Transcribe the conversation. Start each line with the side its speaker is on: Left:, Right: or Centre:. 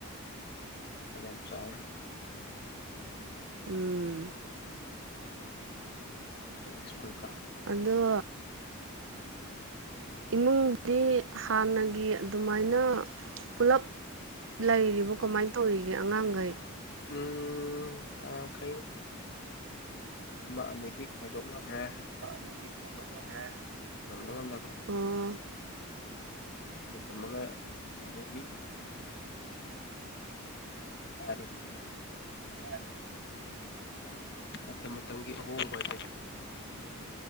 Left: ꯌꯥꯝ ꯆꯥꯎ
Right: ꯎꯝ
Left: ꯁꯀꯨ ꯀ
Right: ꯑꯗꯣ ꯏꯃꯨꯡꯗꯤ ꯍꯥꯟꯅꯒꯤ ꯑꯗꯨꯃꯥꯏꯅ ꯄꯨꯂꯞ ꯂꯩꯔꯤꯕ ꯀꯃꯥꯏꯅ ꯇꯧꯔꯤꯒꯦ ꯑꯉꯥꯡꯈꯩ
Left: ꯎꯝꯈꯩ ꯃꯥꯕꯤ ꯍꯥꯏꯥꯏꯗꯣꯛꯂꯈ꯭ꯔꯦ
Right: ꯅꯤꯤ ꯈꯥꯏꯗꯣꯛꯅꯈ꯭ꯔꯦ
Left: ꯅꯗ ꯉꯗꯄꯥ
Right: ꯎꯝ
Left: ꯇꯝꯃꯒ ꯑꯗꯒꯤ ꯇꯥꯔꯤ
Right: ꯑꯗꯨꯗ
Left: ꯃꯇꯝ ꯃꯇꯝꯒꯤ ꯑꯍꯣꯡꯕ ꯍꯥꯏꯗ